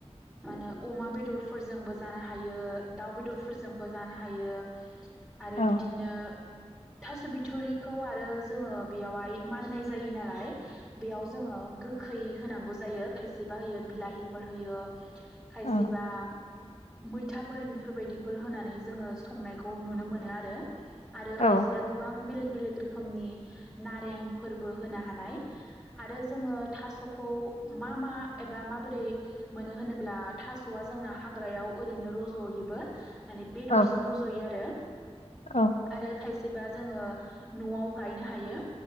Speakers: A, in the centre; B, on the left (about 80°).
A: मानो अमा बेदरफोरजोंबो जानो हायो दाउ बेदरफोरजोंबो जानो हायो । आरो
B: औ
A: बिदिनो थास बिथरिखौ आरो जोङो बेयावहाय माननाय जायो नालाय बेयाव जोङो गो खै होनांगौ जायो खायसे बा होयो बिलाहिफोर होयो खायसेबा
B: औ
A: मैथाफोर बेफोरबायदिफोर होनानै जोङो संनायखौ नुनो मोनो आरो। आरो
B: औ
A: खायसेया गोबां बेलेग बेलेग रोखोम रोखोमनि नारें फोरबो होनो हानाय आरो जोङो थासखौ मा मा एबा माबोरै मोनो होनोब्ला थासआ जोंना हाग्रायाव ओरैनो रजयोबो। माने बेदरजों
B: औ
A: रजयो आरो।
B: औ
A: आरो खाय एबा जोङो नआव गायनो हायो